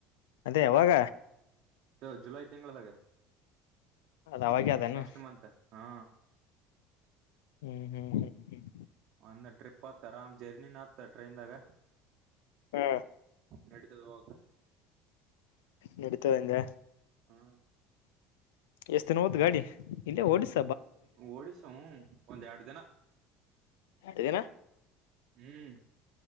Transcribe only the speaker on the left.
ಅದೇ ಅವಾಗ
ಅದ ಅವಾಗೆ ಅದೇನು
ಹ್ಮ್ ಹ್ಮ್ ಹ್ಮ್ ಹ್ಮ್
ಹಾ
ನಡತದಿಂದ
ಎಷ್ಟ್ ದಿನ ಓದ್ ಗಾಡಿ ಇಲ್ಲೇ ಓಡಸ
ಇದಿನ